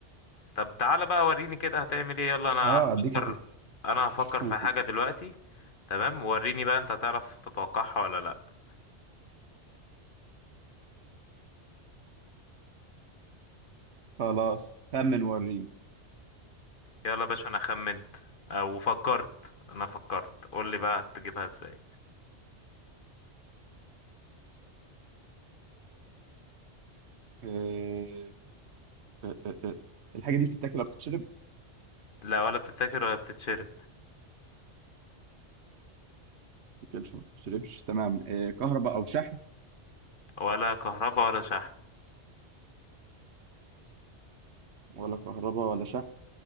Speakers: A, on the left; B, on the right.
A: طب تعالى بقى وريني كده هتعمل ايه يلا انا
B: اه
A: هفكر
B: اديك
A: انا هفكر
B: هشوف
A: في حاجة دلوقتي تمام وريني بقى انت هتعرف تتوقعها ولا لا
B: خلاص خمن وريني
A: يلا يا باشا انا خمنت او فكرت انا فكرت قول لي بقى هتجيبها ازاي
B: آه، آه، آه، آه. الحاجه دي بتتاكل ولا بتتشرب؟
A: لا ولا بتتاكل ولا بتتشرب
B: بتتاكلش ما بتتشربش تمام آه، كهرباء او شحن
A: ولا كهرباء ولا شحن
B: ولا كهرباء ولا شحن